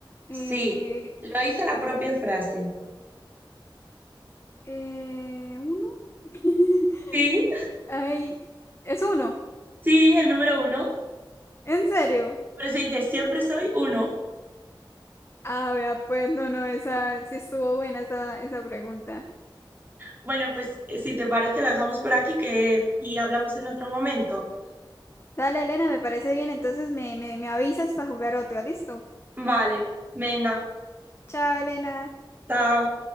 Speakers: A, on the left; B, on the right.
A: Eh,
B: Sí, lo hice la
A: uy,
B: propia frase.
A: eh, ¿uno? <laughs>
B: Sí,
A: Ay, es uno.
B: sí, el número uno.
A: ¿En serio?
B: Pero se dice siempre soy uno.
A: Ah, vea, pues no, no, esa sí estuvo buena esa, esa pregunta.
B: Bueno, pues eh, si te parece, lo dejamos por aquí que... y hablamos en otro momento.
A: Dale, Elena, me parece bien. Entonces me, me, me avisas para jugar otro. ¿Listo?
B: Vale, venga,
A: Chao, Elena.
B: chao.